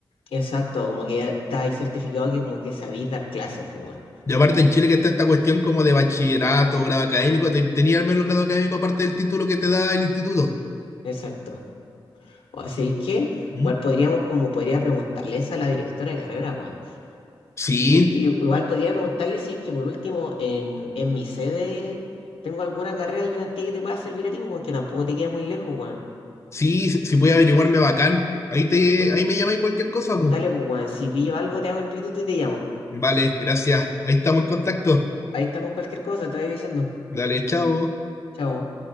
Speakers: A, on the left; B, on the left.
A: Exacto, como que ya estáis certificado que como que sabéis dar clases, pues, weón.
B: Y aparte en Chile que está esta cuestión como de bachillerato, grado académico, ten- tenía al menos el grado académico aparte del título que te da el instituto.
A: Exacto. O sea, que
B: ¿Mm?
A: igual podríamos, como podría preguntarles a la directora de carrera, Juan.
B: Sí,
A: Y sí que i- igual podría preguntarle si es que por último en, en mi sede tengo alguna carrera ayudantía que te pueda servir a ti, Juan, que tampoco te queda muy lejos, Juan.
B: sí, si, si puede averiguarme bacán. Ahí te,
A: Pues,
B: ahí me llamáis cualquier cosa,
A: dale,
B: mo.
A: pues, Juan, si pillo algo te hago el pituto y te llamo.
B: Vale, gracias. Ahí estamos en contacto.
A: Ahí estamos cualquier cosa, te voy avisando.
B: Dale, chao.
A: Chao.